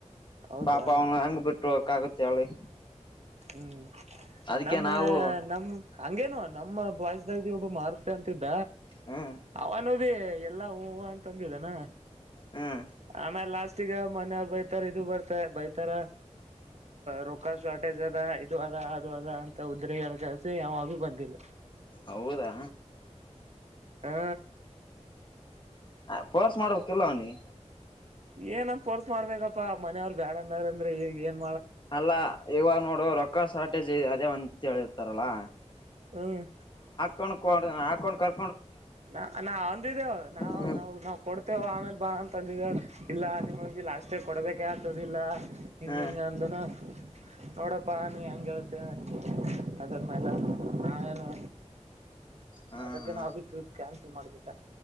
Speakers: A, on the right; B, on the left.
A: ಹೌದಾ
B: ಪಾಪ ಅವ್ನ ಹೆಂಗ್ ಬಿಟ್ ಹೋಗಕ್ ಆಗತ್ ಹೇಳಿ.
A: ಹ್ಮ್
B: ಅದಕ್ಕೆ
A: ನಮ್ಮ
B: ನಾವು
A: ನಮ್ ಹಂಗೇನು ನಮ್ಮ ಬಾಯ್ಸ್ ಗಳ್ಗೇನು ಒಬ್ಬ ಮಾರ್ತ್ಯ ಅಂತಿದ್ದ
B: ಹ್ಮ್
A: ಅವ್ನು ಏ ಎಲ್ಲಾ ಹೂ ಹೂವ ಅಂತ್ ಅಂದಿದನಾ
B: ಹ್ಮ್
A: ಆಮೇಲ್ ಲಾಸ್ಟಿಗ ಮನೆಯವ್ರ್ ಬೈತಾರ್ ಇದು ಬರ್ತೆ ಬೈತಾರ ರೊಕ್ಕ ಶಾರ್ಟೇಜ್ ಅದ ಇದು ಅದ ಅದು ಅದ ಅಂತ ಉದ್ರಿ ಏನ್ ಕೆಲ್ಸ್ ಸ ಅವ ಭಿ ಬಂದಿಲ್ಲ
B: ಹೌದಾ
A: ಹಾ
B: ಅ ಪೋರ್ಸ್ ಮಾಡ್ಬೇಕಿಲ್ಲೋ ಅವ್ನಿಗೆ.
A: ಏನಂದ ಪೋರ್ಸ್ ಮಾಡ್ಬೇಕಪ್ಪಾ ಮನೆಯವ್ರು ಬ್ಯಾಡಂದಾರ ಅಂದ್ರೆ ಈಗೆನ್
B: ಅಲ್ಲಾ ಇವಾಗ್ ನೋಡು ರೊಕ್ಕ ಶಾರ್ಟೇಜ್ ಅದೇ ಅಂತ್ ಹೇಳಿರ್ತಾರಲ್ಲ
A: ಹ್ಮ್
B: ಕೊಡ್ ಹಾಕೊಂಡ್ ಕರ್
A: ನ ನಾ ಅಂದಿದ್ದೇವು ನಾವು
B: ಹ್ಮ
A: ನಾವು ನಾವ್ ಕೊಡ್ತೇವ ಆಮೇಲ್ ಬಾ ಅಂತಂದಿದ ಇಲ್ಲ ನಿಮಗ್ ಬಿ ಲಾಸ್ಟ್ ಷ್ಟೆ ಕೊಡಬೇಕಾಗ್ತದಿಲ್ಲ ಹಿಂಗೆ
B: ಹ್ಮ್
A: ಹಿಂಗ್ ಅಂದನು ನೋಡಪ್ಪ ನೀ ಹೆಂಗೆಳ್ತೆ ಅ ಅದ್ರ ಮೇಲೆ ನಾವೇನು
B: ಹಾ
A: ಅದಕ್ಕೆ
B: ಹಾ
A: ನಾವ್ ಬಿ ಟ್ರಿಪ್ ಕ್ಯಾನ್ಸಲ್ ಮಾಡ್ಬಿಟ್ಟ.